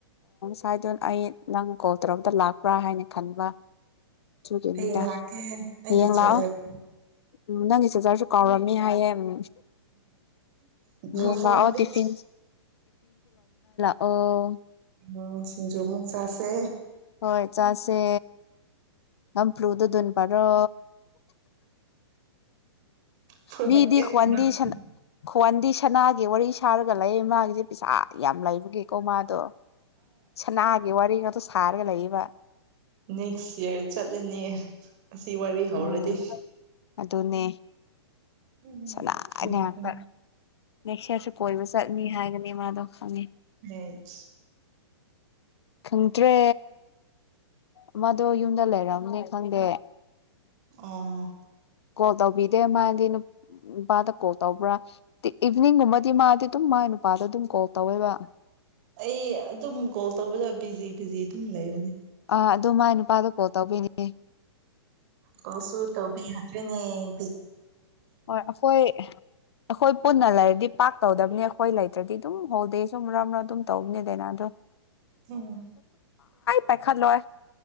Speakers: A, on the left; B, on the right.
A: ꯁꯋꯥꯏꯗꯅ ꯑꯩ ꯅꯪꯅ ꯀꯣꯜ ꯇꯧꯔꯔꯕꯗ ꯂꯥꯛꯄ꯭ꯔꯥ ꯍꯥꯏꯅ ꯈꯟꯕ ꯑꯗꯨꯒꯤꯅꯤꯗ
B: ꯍꯌꯦꯡ ꯂꯥꯛꯀꯦ ꯑꯩꯒꯤ
A: ꯍꯌꯦꯡ
B: ꯆꯥꯔꯖꯔ
A: ꯂꯥꯛꯑꯣ ꯎꯝ ꯅꯪ ꯆꯖꯔꯁꯨ ꯀꯥꯎꯔꯝꯃꯤ ꯍꯥꯏꯌꯦ ꯎꯝ
B: ꯎꯝ
A: ꯌꯦꯡ
B: ꯐꯣꯟꯣꯟ
A: ꯂꯥꯛꯑꯣ
B: ꯄꯦ
A: ꯇꯤꯐꯤꯟ ꯑꯣ
B: ꯎ ꯁꯤꯖꯣꯃꯨꯛ ꯆꯥꯁꯦ
A: ꯍꯣꯏ ꯆꯥꯁꯦ ꯍꯝ ꯐ꯭ꯂꯨꯗ ꯗꯨꯟꯄꯔꯣ
B: ꯄꯨꯔꯛꯀꯦ
A: ꯃꯤꯗꯤ ꯈꯨ꯭ꯋꯥꯟꯗꯤ
B: ꯄꯨꯔꯛꯀꯦ
A: ꯁꯅꯥ ꯈꯨ꯭ꯋꯥꯟꯗꯤ ꯁꯅꯥ ꯋꯥꯔꯤ ꯁꯔꯒ ꯂꯩ ꯃꯥꯒꯤꯖꯤ ꯄꯩꯁꯥ ꯌꯥꯝ ꯂꯩꯕꯒꯤ ꯀꯣꯃꯗꯣ ꯁꯅꯥꯒꯤ ꯋꯥꯔꯤꯒꯥꯗꯣ ꯈꯥꯔꯒ ꯂꯩꯌꯦꯕ
B: ꯅꯦꯛꯁ ꯏꯌꯔ ꯆꯠꯂꯅꯤ ꯑꯁꯤ ꯁꯤ ꯋꯥꯔꯤ ꯍꯧꯔꯗꯤ
A: ꯎꯝ ꯑꯗꯨꯅꯦ
B: ꯎꯝ
A: ꯁꯥꯅ
B: ꯐꯩ
A: ꯉꯥꯛꯇ
B: ꯐꯩ
A: ꯅꯦꯛꯁꯌꯥꯔꯁꯨ ꯀꯣꯏꯕ ꯆꯠꯅꯤ ꯍꯥꯏꯒꯅꯤ ꯃꯥꯗꯣ ꯈꯪꯉꯦ
B: ꯕꯦꯂꯁ
A: ꯈꯪꯗ꯭ꯔꯦ ꯑꯃꯗꯣ ꯌꯨꯝꯗ ꯂꯩꯔꯝꯅꯦ ꯈꯪꯗꯦ
B: ꯑꯥ
A: ꯀꯣꯜ ꯇꯧꯕꯤꯗꯦ ꯃꯥꯗꯤ ꯅꯨꯄꯥꯗ ꯀꯣꯜ ꯇꯧꯕ꯭ꯔꯥ ꯏꯚꯅꯤꯡꯒꯨꯝꯕꯗꯤ ꯃꯥꯗꯤ ꯑꯗꯨꯝ ꯃꯥ ꯅꯨꯄꯥꯗ ꯑꯗꯨꯝ ꯀꯣꯜ ꯇꯧꯋꯦꯕ
B: ꯑꯩ ꯑꯗꯨꯝ ꯀꯣꯜ ꯇꯧꯕꯗ ꯕꯤꯖꯤ ꯕꯤꯖꯤ ꯑꯗꯨꯝ ꯂꯩꯕꯅꯦ
A: ꯑꯥ ꯑꯗꯨ ꯃꯥꯏ ꯅꯨꯄꯥꯗꯣ ꯀꯣꯜ ꯇꯧꯕꯤꯅꯤ
B: ꯀꯣꯜꯁꯨ ꯇꯕꯤ ꯍꯥꯆꯦꯞꯄꯦꯅꯦ
A: ꯍꯣꯏ ꯑꯩꯈꯣꯏ ꯑꯩꯈꯣꯏ ꯄꯨꯟꯅ ꯂꯩꯔꯗꯤ ꯄꯥꯛ ꯇꯧꯗꯕꯅꯤ ꯑꯩꯈꯣꯏ ꯂꯩꯇ꯭ꯔꯗꯤ ꯑꯗꯨꯝ ꯍꯣꯜꯗꯦ ꯁꯨ ꯃꯔꯛ ꯃꯔꯛ ꯑꯗꯨꯝ ꯇꯧꯕꯅꯦ ꯗꯩꯅꯥꯗꯣ
B: ꯎꯝ
A: ꯄꯥꯏꯈꯠꯂꯣꯏ